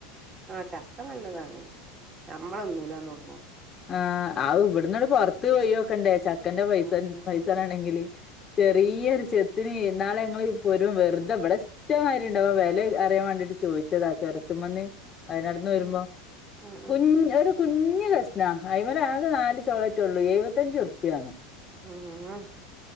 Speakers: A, on the right; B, on the left.
A: ആഹ് ചക്ക നല്ലതാണ്. നമ്മള് തിന്നൂലാന്ന് ഒള്ളൂ.
B: ആ അവ് ഇവട്ന്നാട് പുറത്ത് പോയി നോക്കണ്ടേ ചക്കന്റെ പൈസ
A: ഉം
B: പൈസ വെണെങ്കില് ചെറിയൊരു ചെത്തിന് ഇന്നാളെ ഞങ്ങള് പോരു വെറുതെ ഇവിടെ ഇഷ്ടം മാതിരി ഉണ്ട് അപ്പം വില അറിയാൻ വേണ്ടിട്ട് ചോദിച്ചതാ ചുരത്തുമന്ന് വയനാട്ന്ന് വരുമ്പോ
A: ഉം ഉം
B: കുഞ്ഞ് ഒരു കുഞ്ഞ് കഷ് കഷ്ണ അയ്മല് ആകെ നാല് ചൊളെറ്റള്ളൂ എഴുപത്തഞ്ചുർപ്പിയാന്ന്
A: ഉം ഉം